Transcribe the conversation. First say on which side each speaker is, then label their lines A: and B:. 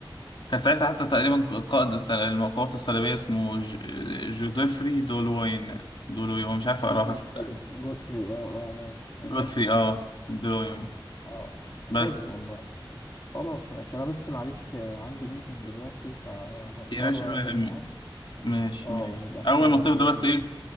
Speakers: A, on the left; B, on the left.
A: كان ساعتها حتى تقريبا قائد الس- القوات الصليبية اسمه ج- جودفري دولوين دولوين مش عارف اقراها
B: جود
A: صدقني
B: فري جود فري اه اه ماشي ماشي
A: جودفري اه دولوين
B: اه حلو
A: بس
B: والله خلاص ماشي انا بس معلش آه، عندي ميتنج دلوقتي فهضطر
A: يا باشا ولا
B: اقفل
A: يهمك.
B: معاك
A: ماشي
B: اه
A: ماشي
B: ونبقى
A: اول
B: نكمل
A: ما تفضى
B: كده
A: بس
B: كده
A: ايه